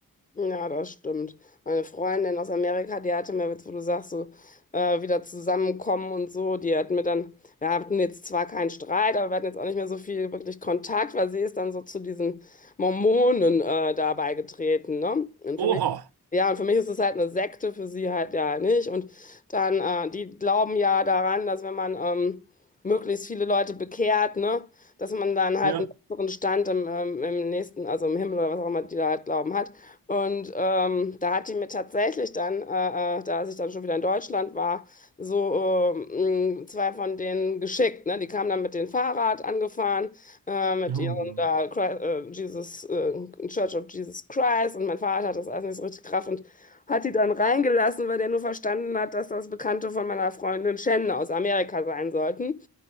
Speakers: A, on the left; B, on the right.
A: Ja, das stimmt. Meine Freundin aus Amerika, die hatte mir jetzt, wo du sagst, so äh, wieder zusammenkommen und so, die hat mir dann, wir hatten jetzt zwar keinen Streit, aber wir hatten jetzt auch nicht mehr so viel wirklich Kontakt, weil sie ist dann so zu diesen Mormonen äh, da beigetreten, ne? Und für
B: Oha,
A: mich, ja, und für mich ist es halt eine Sekte, für sie halt ja nicht. Und dann, äh, die glauben ja daran, dass wenn man ähm, möglichst viele Leute bekehrt, ne, dass man dann halt
B: ja.
A: einen besseren Stand im, ähm, im nächsten, also im Himmel oder was auch immer die da halt glauben hat. Und ähm, da hat die mir tatsächlich dann, äh, äh, da als ich dann schon wieder in Deutschland war, so ähm, mh, zwei von denen geschickt. Ne? Die kamen dann mit dem Fahrrad angefahren, äh, mit
B: Oh.
A: ihrem da Chri- äh, Jesus, äh, Church of Jesus Christ. Und mein Vater hat das alles nicht so richtig gerafft und hat die dann reingelassen, weil der nur verstanden hat, dass das Bekannte von meiner Freundin Shannon aus Amerika sein sollten.